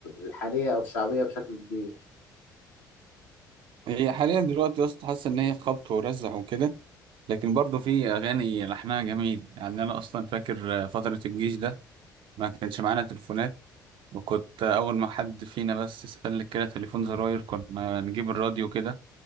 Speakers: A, on the left; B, on the right.
A: الحالية أو الشعبية بشكل كبير؟
B: هي حاليا دلوقتي يا اسطى حاسس ان هي خبط ورزع وكده لكن برضه في اغاني لحنها جميل يعني انا اصلا فاكر فتره الجيش ده ما كانش معانا تليفونات وكنت اول ما حد فينا بس سلك كده تليفون زراير كنا نجيب الراديو كده